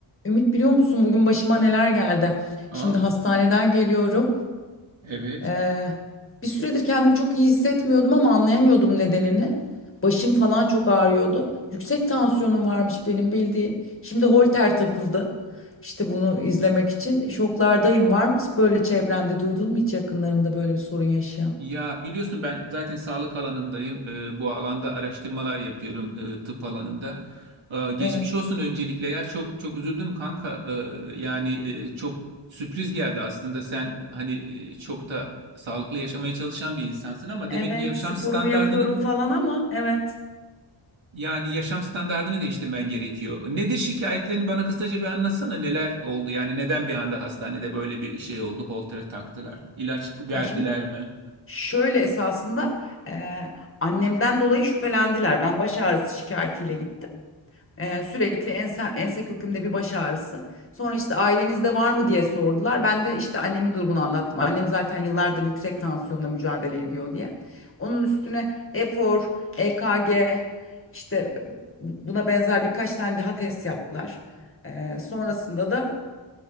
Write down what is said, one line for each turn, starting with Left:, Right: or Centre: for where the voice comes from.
Left: Ümit biliyor musun bugün başıma neler geldi?
Right: Aa,
Left: Şimdi hastaneden geliyorum.
Right: evet.
Left: Ee, bir süredir kendimi çok iyi hissetmiyordum ama anlayamıyordum nedenini. Başım falan çok ağrıyordu. Yüksek tansiyonum varmış benim bildiğin. Şimdi holter takıldı. İşte bunu izlemek için şoklardayım. Var mı böyle çevrende duydun mu hiç yakınlarında böyle bir sorun yaşayan?
Right: Ya biliyorsun ben zaten sağlık alanındayım. Ee, bu alanda araştırmalar yapıyorum e, tıp alanında. Ee, geçmiş
Left: Evet.
Right: olsun öncelikle ya çok çok üzüldüm kanka. Ee, yani e, çok sürpriz geldi aslında. Sen hani e, çok da sağlıklı yaşamaya çalışan bir insansın ama
Left: Evet,
Right: demek ki yaşam
Left: sporumu
Right: standardını
Left: yapıyorum falan ama evet.
Right: yani yaşam standardını değiştirmen gerekiyor. Nedir şikayetlerini bana kısaca bir anlatsana. Neler oldu? Yani neden bir anda hastanede böyle bir şey oldu? Holter taktılar. ilaç verdiler
Left: Ya şimdi
Right: mi?
Left: Şöyle esasında eee, annemden dolayı şüphelendiler. Ben baş ağrısı şikayetiyle gittim. Eee, sürekli ense, ense kökümde bir baş ağrısı. Sonra işte ailenizde var mı diye sordular. Ben de işte annemin durumunu anlattım. Annem zaten yıllardır yüksek tansiyonla mücadele ediyor diye. Onun üstüne efor, EKG işte buna benzer birkaç tane daha test yaptılar. Eee, sonrasında da